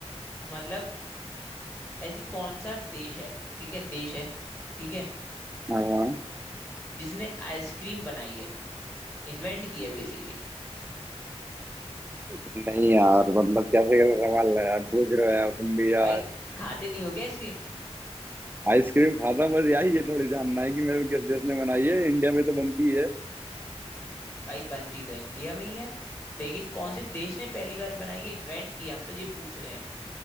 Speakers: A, on the left; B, on the right.
A: मतलब ऐसी कौन सा देश है ठीक है देश है ठीक है
B: हाँ हाँ।
A: जिसने आइसक्रीम बनाई है इन्वेंट की है बेसिकली
B: नहीं यार मतलब कैसे कैसे सवाल है यार पूछ रहे हो यार तुम भी यार
A: भाई खाते नहीं हो क्या आइसक्रीम
B: आइसक्रीम खाता हूं, बस यही ये थोड़ी जानना है कि मेरे को किस देश ने बनाई है इंडिया में तो बनती है
A: भाई बनती तो इंडिया में ही है लेकिन कौन से देश ने पहली बार बनाई है इन्वेंट की है, हम तो ये पूछ रहे हैं